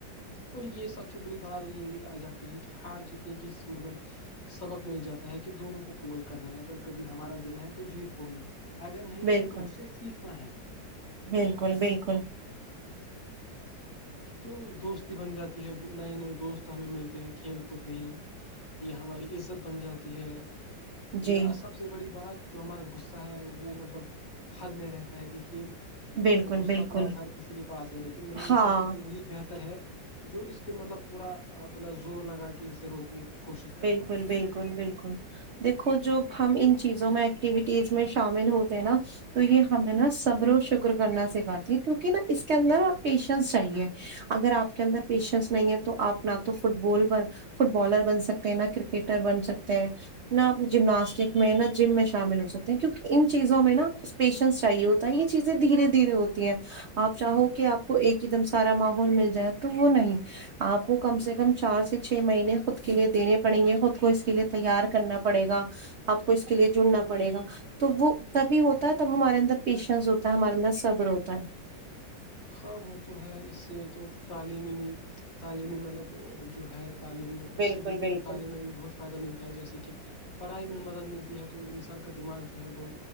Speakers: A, on the left; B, on the right.
A: اور یہ سب سے بڑی بات یہ آ جاتی ہے کہ ہار جیتنے کی مطلب سبق مل جاتا ہے کہ دونوں کو قبول کرنا ہے اگر کبھی ہمارا دن ہے تو جیت ہوگی اگر نہیں
B: بالکل
A: ہے تو اس سے سیکھنا ہے
B: بالکل بالکل
A: تو دوستی بن جاتی ہے نئے نئے دوست ہمیں ملتے ہیں کھیل کود میں ہی یہ ہماری عزت بن جاتی ہے
B: جی
A: یا سب سے بڑی بات جو ہمارا غصہ ہے وہ مطلب حد میں رہتا ہے دیکھیے
B: بالکل
A: غصہ
B: بالکل
A: تو آج ہر کسی کے پاس ہے لیکن میرے
B: ہاں
A: حساب سے تو وہی بہتر ہے جو اس پہ مطلب پورا اپنا زور لگا کے اسے روکنے کوشش کرتا
B: بالکل
A: ہے
B: بالکل بالکل دیکھو جب ہم ان چیزوں میں ایکٹیویٹیز میں شامل ہوتے ہیں نا تو یہ ہمیں نا صبر و شکر کرنا سکھاتی ہے کیونکہ نا اس کے اندر آپ پیشنس چاہیے اگر آپ کے اندر پیشنس نہیں ہے تو آپ نہ تو فٹ بال فٹ بالر بن سکتے سکتے نا کرکٹر بن سکتے ہیں نہ اپ جمناسٹک میں نہ جم میں شامل ہو سکتے ہیں کیونکہ ان چیزوں میں نا پیشنس چاہیے ہوتا ہے یہ چیزیں دھیرے دھیرے ہوتی ہیں آپ چاہو کہ آپ کو ایک ہی دم سارا ماحول مل جائے تو وہ نہیں آپ کو کم سے کم چار سے چھ مہینے خود کے لیے دینے پڑیں گے خود کو اس کے لیے تیار کرنا پڑے گا آپ کو اس کے لیے جڑنا پڑے گا تو وہ تبھی ہوتا ہے تب ہمارے اندر پیشنس ہوتا ہے ہمارے اندر صبر ہوتا ہے
A: ہاں وہ تو ہے اس سے تو تعلیمی بھی تعلیمی مطلب جو ہے تعلیم میں اس
B: بالکل
A: سے بھی
B: بالکل
A: تعلیم میں بھی بہت فائدہ ملتا ہے جیسے کہ پڑھائی میں مدد ملتی ہے تو انسان کا دماغ جو ہے وہ